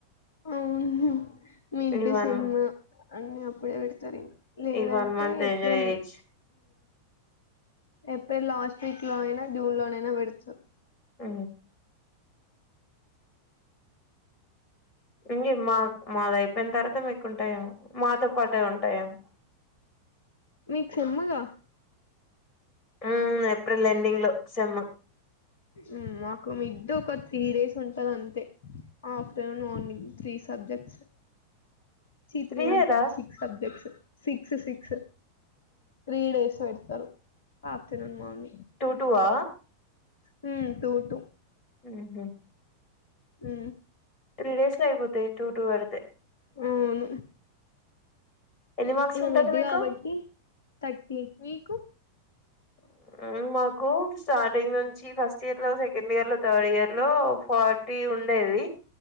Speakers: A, on the left; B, on the left.
A: అవుహ మిడ్
B: ఈ
A: డిసెమ్
B: వన్
A: అన్నీ అప్పుడే పెడతారు ఇంకా లేదంటే
B: ఈ వన్ మంత్
A: ఏప్రిల్
B: ఎంజాయ్ చేయొచ్చు
A: ఎప్రిల్ లాస్ట్ వీక్ లోనా జూన్ లోనేేనా విడుచు
B: ఆ ఇంక మా మాది అయిపోయిన తర్వాత మీకుంటాయండి మాతో పాటే ఉంటాఎండి
A: మీకు సిమ్ముగా
B: ఉ ఏప్రిల్ ఎడింగ్ లో సేమ్
A: ఇ మద్ద ఒక త్రీ డేస్ ఉంటంది అంతే ఆఫ్టర్నూన్ మార్నింగ్ త్రీ సబ్జెక్ట్స్ చి
B: త్రీ
A: తీ
B: ఇయరా
A: అంటున్నా six subjects six six three days పెట్ ఆతనం మని
B: టూ టూవా
A: హ టూ టూ
B: ఆహ
A: ఆ
B: త్రీ డేస్ లో అయిపోతయి టూ టూ పేడితే
A: అవును
B: ఎన్ని మార్క్స్
A: ఇగ
B: ఉంటది
A: మిడ్
B: మీకు
A: కాబట్టి థర్టీ మీకు
B: మ కు స్టార్టింగ్ నుంచి ఫస్ట్ ఇయర్ లో సెకండ్ ఇయర్ లో థర్డ్ ఇయర్ లో ఫార్టీ ఉండేది